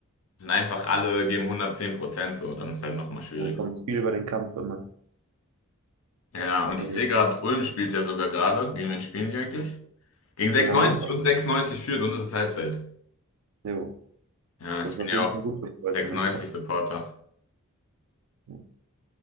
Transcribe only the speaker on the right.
dann kommt es viel über den Kampf immer.
bei
denen.
Gegen Hannover.
Jo,
das
ist
auf
jeden
Fall gut für Preußen
Münster.
Ja,